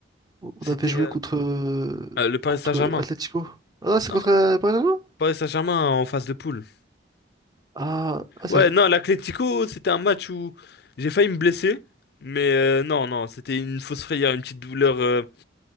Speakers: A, on the right; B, on the left.
A: On
B: c'était
A: avait joué
B: euh,
A: contre. euh,
B: euh, le Paris
A: Contre
B: Saint-Germain.
A: Atlético. Ah, c'est
B: Non,
A: contre euh, Barcelone?
B: Paris Saint-Germain en phase de poule.
A: Ah, ah, ça
B: Ouais,
A: veut
B: non, l'Atlético, c'était un match où j'ai failli me blesser. Mais euh, non, non, c'était une fausse frayeur, une petite douleur euh,